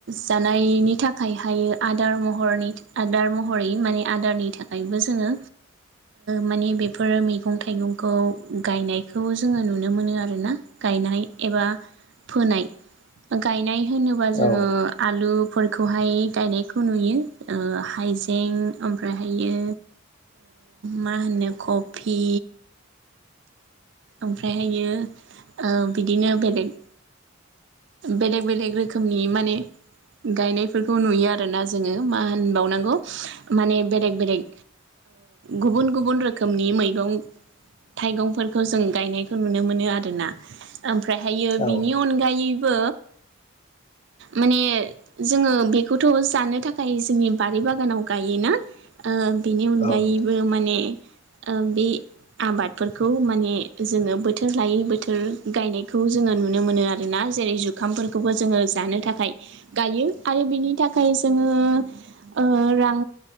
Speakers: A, on the right; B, on the left.
A: जानायनि थाखायहाय आदार महरनि आदार महरै बे मानि आदारनि थाखायबो जोङो माने बेफोर मैगं थाइगंखौ गायनायखौ जोङो नुनो मोनो आरो ना गायनाय एबा फोनाय गायनाय होनोबा जोङो
B: औ
A: आलु फोरखौहाय गायनायखौ नुयो ओ हाइजें ओमफ्रायहायो मा होनो कफि ओमफ्रायहायो बिदिनो बेलेग बेलेग बेलेग रोखोमनि माने गायनायफोरखौ नुयो आरोना जोङो मा होनबावनांगौ माने बेलेक बेलेक गुबुन गुबुन रोखोमनि मैगं थाइगंफोरखौ जों गायनायखौ नुनो मोनो आरोना ओमफ्रायहायो
B: औ
A: बिनि
B: नोंथां
A: अनगायै बो माने जोङो बेखौथ' जानो थाखाय जोंनि बारि बागानाव गायोना ओ बेनि अनगायैबो
B: औ नोंथां
A: माने ओ बे आबादफोरखौ माने जोङो बोथोर लायै बोथोर गायनायखौ जोङो नुनो मोनो आरोना। जेरै जुखामफोरखौबो जोङो जानो थाखाय गायो आरो बिनि थाखाय जोङो। ओ रां